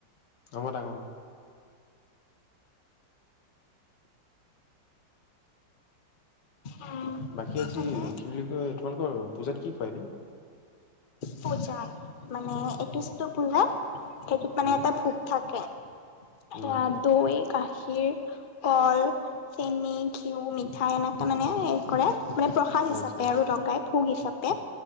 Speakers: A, on the left; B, on the left.
A: অ, মই ডাঙৰ।
B: উম
A: বাকী আজি
B: মানে
A: কি বুলি কয় তোমালোকৰ পূজাত কি খোৱাই নো?
B: পূজা মানে এইটো যিটো পূজা সেইটোত মানে
A: উম
B: এটা ভোক থাকে।
A: উম
B: এয়া দৈ গাখীৰ, কল, চেনি, ঘিউ, মিঠাই এনেকৈ মানে হে কৰে। মানে প্ৰসাদ হিচাপে
A: আচ্ছা
B: আৰু লগকাই ভোগ হিচাপে